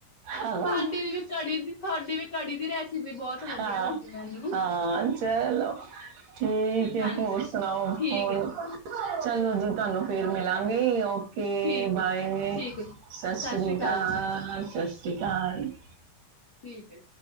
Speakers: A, on the right (about 65°); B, on the left (about 45°).
A: ਹਾਂ
B: ਤੁਹਾਡੀ ਵੀ ਕੜੀ ਦੀ ਤੁਹਾਡੀ ਵੀ ਕੜੀ ਦੀ ਰੈਸਿਪੀ ਬਹੁਤ ਵਧੀਆ
A: ਹਾਂ
B: ਲੱਗੀ ਮੈਨੂੰ।
A: ਹਾਂ ਚਲੋ ਠੀਕ ਹੈ
B: ਹਾਂਜੀ,
A: ਹੋਰ ਸੁਣਾਓ
B: ਠੀਕ
A: ਹੋਰ
B: ਹੈ ਜੀ,
A: ਚਲੋ ਜੀ ਤੁਹਾਨੂੰ ਫੇਰ ਮਿਲਾਂਗੇ ਤੇ
B: ਠੀਕ
A: ਬਾਏ
B: ਹੈ ਜੀ, ਠੀਕ ਹੈ ਜੀ।
A: ਸਤਿ ਸ਼੍ਰੀ
B: ਸ੍ਰੀ
A: ਅਕਾਲ,
B: ਜੀ,
A: ਸਤਿ ਸ੍ਰੀ ਅਕਾਲ। <unintelligible>
B: ਠੀਕ ਜੀ।